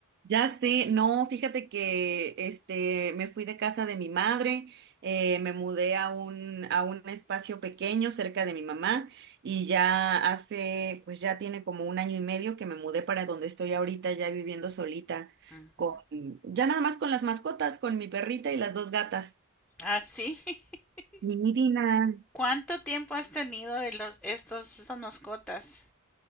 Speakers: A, on the right; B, in the centre.
A: Ya sé, no, fíjate que este me fui de casa de mi madre, eh, me mudé a un a un espacio pequeño cerca de mi mamá y ya hace, pues ya tiene como un año y medio que me mudé para donde estoy ahorita, ya viviendo solita
B: Ujú.
A: con ya nada más con las mascotas, con mi perrita y las dos gatas.
B: Ah, sí. <laughs>
A: Sí, Dina.
B: ¿Cuánto tiempo has tenido de los, estos, estas mascotas?